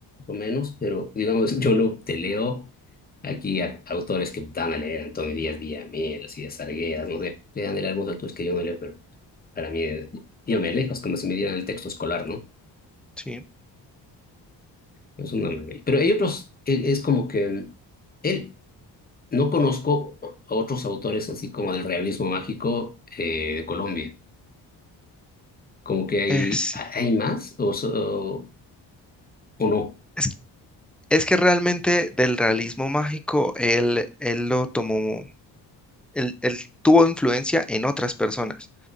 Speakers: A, on the left (about 20°); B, in the centre.
A: o menos, pero digamos, <laughs> yo no te leo. Aquí a- autores que dan a leer, Antonio Díaz Villamil, así de Sargueras, no sé, le dan a leer algunos autores que yo no leo, pero para mí, eh, yo me alejo, es como si me dieran el texto escolar, ¿no?
B: Sí.
A: Es una maravilla. Pero hay otros, e- es como que mm, él, no conozco a otros autores así como del realismo mágico eh, de Colombia. Como que hay,
B: Es,
A: ¿hay más o, so- o no?
B: es, es que realmente del realismo mágico él, él lo tomó, él, él tuvo influencia en otras personas,